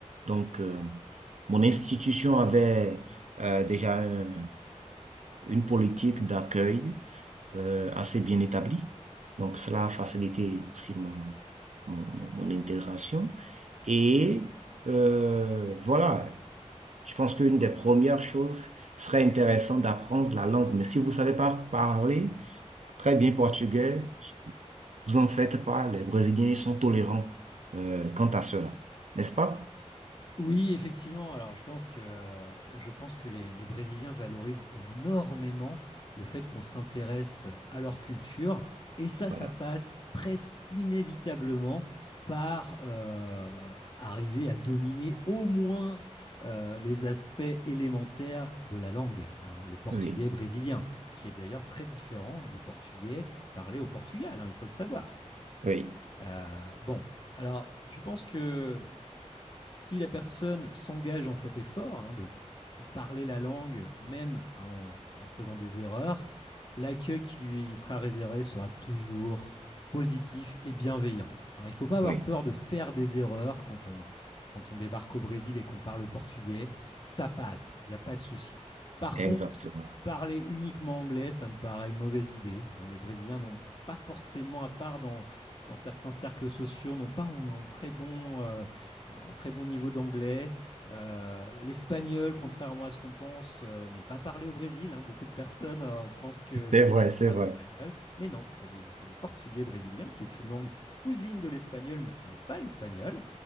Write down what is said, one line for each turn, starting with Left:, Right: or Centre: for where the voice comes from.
Right: Donc, euh, mon institution avait euh, déjà un- une politique d'accueil euh, assez bien établi. Donc, cela a facilité aussi mon, mon, mon intégration. Et euh, voilà, je pense qu'une des premières choses serait intéressant d'apprendre la langue. Mais si vous ne savez pas parler très bien portugais, vous en faites pas. Les Brésiliens sont tolérants euh, quant à cela, n'est-ce pas?
Left: Oui, effectivement. Alors, je pense que, euh, je pense que les, les Brésiliens valorisent énormément le fait qu'on s'intéresse à leur culture. Et ça, ça
Right: Voilà.
Left: passe presque inévitablement par euh, arriver à dominer au moins euh, les aspects élémentaires de la langue, hein, le portugais
Right: Oui,
Left: brésilien, qui est d'ailleurs très différent du portugais parlé au Portugal, hein, il faut le savoir. hein.
Right: oui,
Left: Euh, bon, alors, je pense que si la personne s'engage dans cet effort hein, de, de parler la langue, même en, en faisant des erreurs, l'accueil qui lui sera réservé sera toujours positif et bienveillant. hein. il ne faut pas avoir
Right: oui,
Left: peur de faire des erreurs quand on, quand on débarque au Brésil et qu'on parle portugais. Ça passe, il n'y a pas de souci. Par
Right: exactement.
Left: contre, parler uniquement anglais, ça me paraît une mauvaise idée. hein. les Brésiliens n'ont pas forcément, à part dans, dans certains cercles sociaux, n'ont pas un, un très bon, euh, en très bon niveau d'anglais. Euh, l'espagnol, contrairement à ce qu'on pense, euh, n'est pas parlé au Brésil. hein. Beaucoup de personnes euh, pensent que le
Right: C'est
Left: Brésil
Right: vrai, c'est
Left: parle
Right: vrai.
Left: espagnol, mais non, c'est le, c'est le portugais brésilien qui est une langue cousine de l'espagnol, mais qui n'est pas l'espagnol.